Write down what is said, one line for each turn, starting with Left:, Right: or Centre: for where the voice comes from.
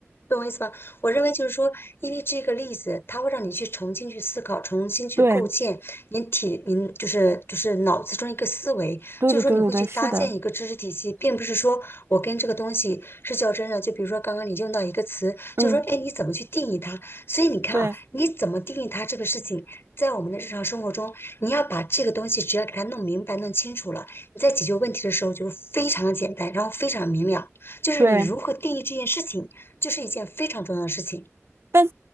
Left: 懂我意思吧？我认为就是说，因为这个例子，它会让你去重新去思考，重新去构建你体，
Right: 对
Left: 你就是就是脑子中一个思维，
Right: 对对对对对，
Left: 就是说你会去搭建一个知识体系，
Right: 是的，
Left: 并不是说我跟这个东西是较真的。就比如说刚刚你用到一个词，
Right: 嗯，
Left: 就说哎，你怎么去定义它？所以你看啊，
Right: 对
Left: 你怎么定义它这个事情，在我们的日常生活中，你要把这个东西只要给它弄明白、弄清楚了，你在解决问题的时候就是非常的简单，然后非常明了。就是你如何定义这件事情，
Right: 对。
Left: 就是一件非常重要的事情。
Right: 但